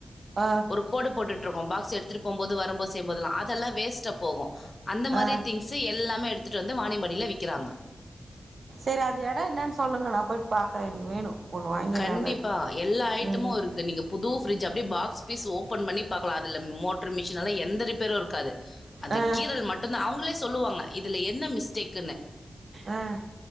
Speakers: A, on the right; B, on the left.
A: ஆ
B: கோடு போட்டுட்டுருக்கோ பாக்ஸ் எடுத்துட்டு போம்போது வரும்போது செய்ம்போதெல்லா வேஸ்ட்டா போகு அந்த மாரி
A: ஆ
B: திங்க் சி எல்லாமே எடுத்துட்டு வந்து வானிம்படியில விக்கிறாங்க
A: சேரி அது எடோ என்னன்னு சொல்லுங்க நா போய் பாக்குறே எனக்கு வேணு ஒன்னு வாங்கிரலானு
B: கண்டிப்பா. எல்லா ஐட்டமும்
A: உம்
B: இருக்கு. நீங்க புது ஃப்ரிட்ஜ் அப்டியே பீஸ் ஓப்பன் பண்ணி பாக்கலா அதில மோட்டரு மிஷின் எல்லா எந்த ரிப்பேரு இருக்காது அந்த
A: ஆ
B: கீரல் மட்டும்தா அவுங்களே சொல்லுவாங்க இதுல என்ன மிஸ்டேக்குன்னு
A: அஹ்